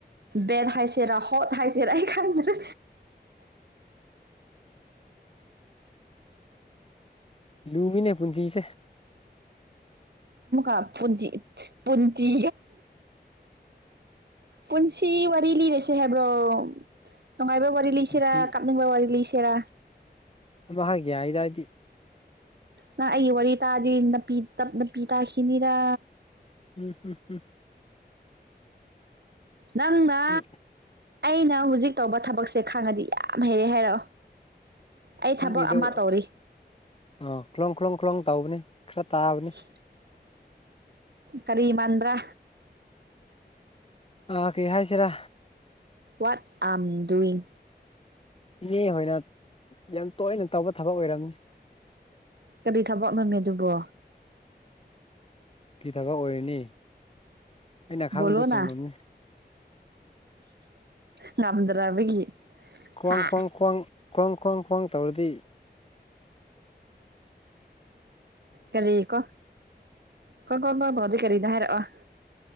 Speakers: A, on the right; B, on the left.
A: ꯕꯦꯠ ꯍꯥꯏꯁꯦ ꯔ ꯍꯣꯠ ꯍꯥꯏꯁꯦꯅ ꯑꯩ ꯈꯪꯗꯗ
B: ꯂꯨꯕꯤꯅꯦ ꯄꯨꯟꯁꯤꯁꯦ
A: ꯑꯥ ꯄꯨꯖꯤ ꯄꯨꯖꯤ ꯄꯨꯟꯁꯤ ꯋꯥꯔꯤ ꯂꯤꯔꯁꯦ ꯍꯥꯏꯕ꯭ꯔꯣ ꯅꯨꯡꯉꯥꯏꯕ ꯋꯥꯔꯤ ꯂꯩꯁꯤꯦꯔꯥ
B: ꯄꯨꯟꯁꯤ
A: ꯀꯥꯞꯅꯤꯡꯕ ꯋꯥꯔꯤ ꯂꯩꯁꯤꯦꯔꯥ
B: ꯍꯥꯏꯦ ꯍꯥꯏꯗ ꯍꯥꯏꯗꯤ
A: ꯅꯍ ꯑꯩ ꯋꯥꯔꯤ ꯇꯥꯗꯔꯤꯄꯤꯞ ꯅꯥꯄꯤ ꯇꯥꯈꯤꯅꯤꯔ
B: ꯎꯝ ꯍꯝ ꯎꯝ
A: ꯅꯪꯅ
B: ꯅꯪ
A: ꯑꯩꯅ ꯍꯧꯖꯤꯛ ꯇꯧꯕ ꯊꯕꯛꯁꯦ ꯈꯥꯡꯉꯗꯤ ꯌꯥꯝ ꯍꯩꯔꯦ ꯍꯥꯏꯔꯛꯑꯣ ꯑꯩ
B: ꯅꯪꯒꯤꯗ
A: ꯊꯕꯛ ꯑꯃ ꯇꯧꯔꯤ
B: ꯑ ꯈꯨꯂꯣꯡ ꯈꯨꯂꯣꯡ ꯈꯨꯂꯣꯡ ꯇꯧꯕꯅꯦ ꯈꯔ ꯇꯥꯕꯅꯤ
A: <inaudible> ꯀꯔꯤꯃꯟ꯭ꯔꯥ
B: ꯑꯥ ꯀꯦ ꯍꯥꯏꯁꯤꯔꯥ
A: ꯋꯥꯠ ꯑꯥꯝ ꯗꯨꯋꯤꯡ
B: ꯏꯅꯦ ꯍꯣꯏꯅ ꯌꯥꯝ ꯇꯣꯏꯅ ꯇꯧꯕ ꯊꯕꯛ ꯑꯣꯏꯔꯝꯅꯤ
A: ꯀꯔꯤ ꯊꯕꯛ ꯉꯝꯃꯦ ꯑꯗꯨꯕꯣ
B: ꯐꯤ ꯊꯕꯛ ꯑꯣꯏꯔꯅꯤ ꯑꯩꯅ ꯑꯈꯥꯡꯕꯗꯣ
A: ꯕꯣꯂꯣꯅ
B: ꯆꯨꯝꯂꯝꯅꯤ
A: ꯉꯝꯗ꯭ꯔꯕꯒꯤ
B: ꯈ꯭ꯋꯥꯡ
A: ꯍꯥ
B: ꯈ꯭ꯋꯥꯡ ꯈ꯭ꯋꯥꯡ ꯈ꯭ꯋꯥꯡ ꯈ꯭ꯋꯥꯡ ꯈ꯭ꯋꯥꯡ ꯇꯧꯔꯗꯤ
A: ꯀꯔꯤ ꯀꯣ ꯀ ꯀꯣꯕꯗꯤ ꯀꯔꯤꯗ ꯍꯥꯏꯔꯛꯑꯣ